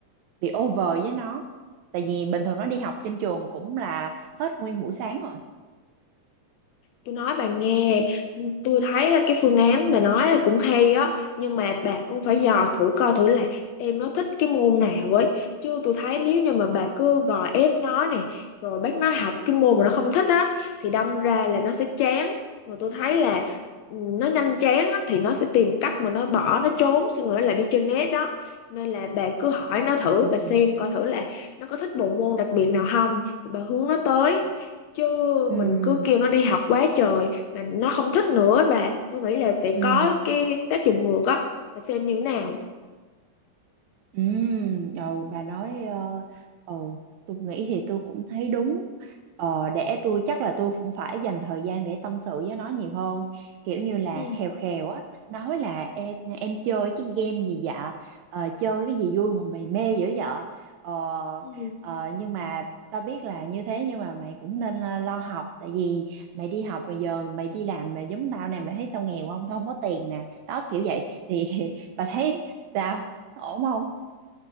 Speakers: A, on the right (about 75°); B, on the left (about 75°).
A: bị over với nó tại vì bình thường nó đi học trên trường cũng là hết nguyên buổi sáng rồi
B: Tôi nói bà nghe, tôi thấy là cái phương án bà nói là cũng hay á, nhưng mà bà cũng phải dò thử coi thử là em nó thích cái môn nào ấy. Chứ tôi thấy nếu như mà bà cứ gò ép nó này, rồi bắt nó học cái môn mà nó không thích á, thì đâm ra là nó sẽ chán. Mà tôi thấy là ừ, nó nhanh chán á, thì nó sẽ tìm cách mà nó bỏ, nó trốn, xong rồi nó lại đi trên net đó. Nên là bà cứ
A: Ừm,
B: hỏi nó thử, bà xem coi thử là nó có thích bộ môn đặc biệt nào không, thì bà hướng nó tới
A: Ừm.
B: chứ
A: ừm.
B: mình cứ kêu nó đi học quá trời mà nó không thích nữa bà tôi nghĩ là sẽ
A: Ừ,
B: có
A: ừ.
B: cái tác dụng ngược á bà xem như thế nào
A: Ừ, ừ, bà nói ờ, ừ, tôi nghĩ thì tôi cũng thấy đúng ờ, để tôi chắc là tôi cũng phải dành thời gian để tâm sự với nó nhiều hơn kiểu như là
B: Ừ.
A: khèo khèo á nói là em, em chơi cái game gì vậy Ờ, chơi cái gì vui mà mày mê dữ vậy ờ,
B: Ừ.
A: ờ, nhưng mà tao biết là như thế nhưng mà mày cũng nên lo lo học tại vì mày đi học bây giờ mày đi làm mà giống tao nè mày thấy tao nghèo không tao không có tiền nè đó kiểu vậy thì <laughs> bà thấy sao ổn không